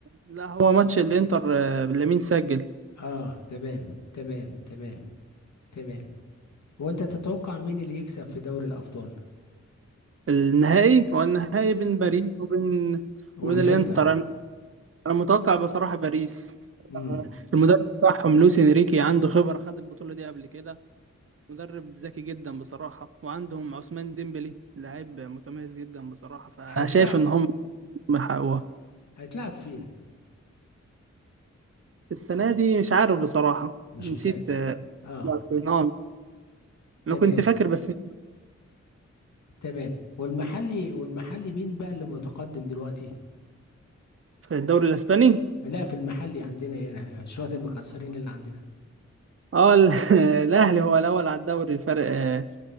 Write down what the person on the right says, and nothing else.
لا هو ماتش الانتر آه، لامين سجل
النهائي هو النهائي بين باريس وبين
وبين الانتر انا أنا متوقع بصراحه باريس
المدرب بتاعهم لوis انريكي عنده خبرة خد البطولة دي قبل كده مدرب ذكي جدا بصراحة وعندهم عثمان ديمبلي لاعب متميز جدا بصراحة فشايف
ان هم حققوها
السنة دي مش عارف بصراحة
نسيت
آه،
نعم انا
كنت فاكر بس
في الدوري الاسباني
اه ال- <laughs> الاهلي هو الاول على الدوري الفرق آه،